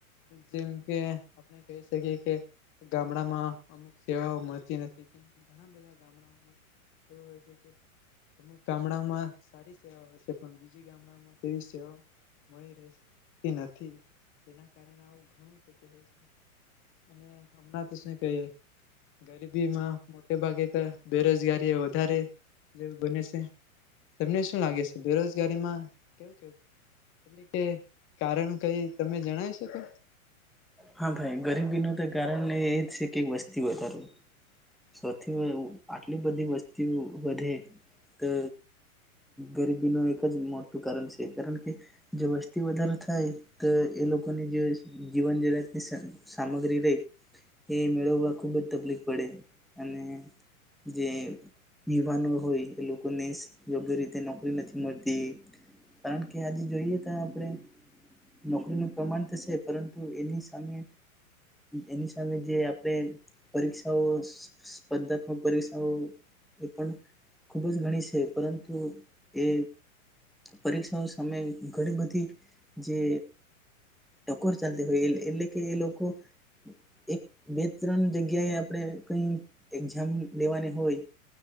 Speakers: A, on the left; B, in the centre.
A: જેમ કે આપણે કહી શકીએ કે ગામડામાં અમુક સેવાઓ મળતી નથી કે ઘણા બધા ગામડાઓમાં એવું હોય છે કે અમુક ગામડામાં સારી સેવા હોય છે પણ બીજી ગામડામાં તેવી સેવા મળી રહેતી નથી તેના કાર આવું ઘણુંું હોય છે અને હમણા કહી ગરીબીમાં મોટે ભાગે તો બેરોજગારી એ વધારે જેવું બને છે. તમને શું લાગે છે બેરોજગારીમાં કેવું કેવું એટ કે કારણ કઈ તમે જણાવ શકો.
B: હા ભાઈ ગરીબી ન તો કારણ એ છે કેક વસ્તી વધારું સૌથી આટલી બધી વસ્તી વધે તો ગરીબીનું એક જ મોટું કારણ છે કારણ કે જો વસ્તી વધારો થાય તો એ લોકોની જે જીવન જગતની સામગ્રી રે એ મેળવવા ખૂબ જ તકલીફ પડે અને જે યુવાનો હોય એ લોકોને યોગ્ય રીતે નોકરી નથી મળતી કારણ કે આજે જોઈએ તો આપણે નોકરીનું પ્રમાણ તો છે પરંતુ એની સામે એની સામે જે આપણે પરીક્ષાઓ સ્પર્ધા પરીક્ષાઓ એ પણ ખુબ જ ઘણી છે પરંતુ એ પરીક્ષાઓ સામે ઘણી બધી જે ટકોર ચાલતી હોય એટલે કે એ લોકો એક બે ત્રણ જગ્યાએ આપણે કઈ એક્ઝામ લેવાની હોય